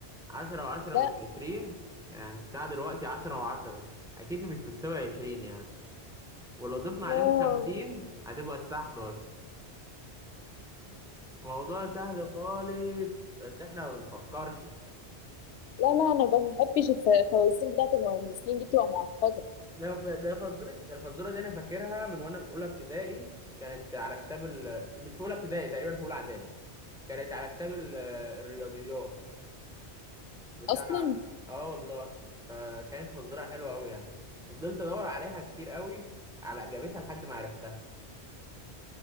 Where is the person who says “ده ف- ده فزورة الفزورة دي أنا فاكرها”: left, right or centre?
Centre